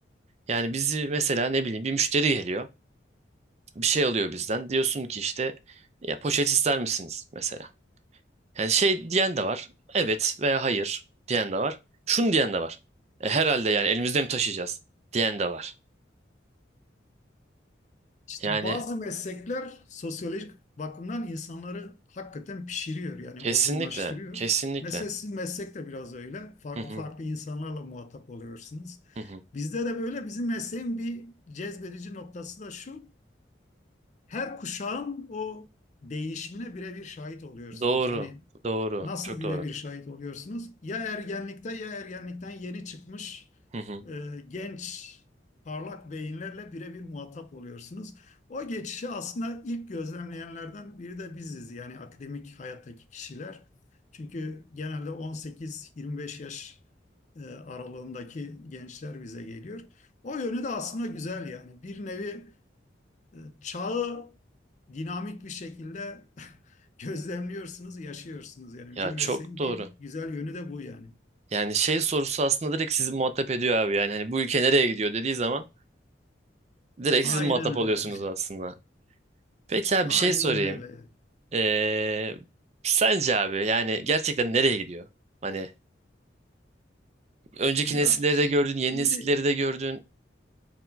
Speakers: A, on the right (about 35°); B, on the left (about 40°).
A: Yani bizi mesela ne bileyim bir müşteri geliyor. Bir şey alıyor bizden. Diyorsun ki işte ya poşet ister misiniz mesela? Yani şey diyen de var. Evet veya hayır diyen de var. Şunu diyen de var. E, herhalde yani elimizde mi taşıyacağız diyen de var.
B: İşte
A: Yani
B: bazı meslekler sosyolojik bakımdan insanları hakikaten pişiriyor yani
A: kesinlikle,
B: olgunlaştırıyor.
A: kesinlikle.
B: Mesela sizin meslek de biraz öyle. Farklı
A: Hı hı,
B: farklı insanlarla muhatap oluyorsunuz.
A: hı hı.
B: Bizde de böyle bizim mesleğin bir cezbedici noktası da şu. Her kuşağın o değişimine birebir şahit oluyorsunuz.
A: Doğru,
B: Hani
A: doğru,
B: Nasıl
A: çok
B: birebir
A: doğru.
B: şahit oluyorsunuz? Ya ergenlikte ya ergenlikten yeni çıkmış
A: Hı hı.
B: e, genç parlak beyinlerle birebir muhatap oluyorsunuz. O geçişi aslında ilk gözlemleyenlerden biri de biziz yani akademik hayattaki kişiler. Çünkü genelde 18-25 yaş e, aralığındaki gençler bize geliyor. O yönü de aslında güzel yani. Bir nevi e, Çağı dinamik bir şekilde <laughs> gözlemliyorsunuz, yaşıyorsunuz. Yani
A: Ya
B: bizim
A: çok
B: mesleğin
A: doğru.
B: bir güzel yönü de bu yani.
A: Yani şey sorusu aslında direkt sizi muhatap ediyor abi. Yani hani bu ülke nereye gidiyor dediği zaman direkt
B: Aynen
A: siz muhatap
B: öyle.
A: oluyorsunuz aslında. Peki abi
B: <laughs> Aynen
A: bir şey sorayım.
B: öyle.
A: Ee, sence abi yani gerçekten nereye gidiyor? Hani önceki
B: Ya
A: nesilleri de gördün, yeni
B: şimdi
A: nesilleri de gördün.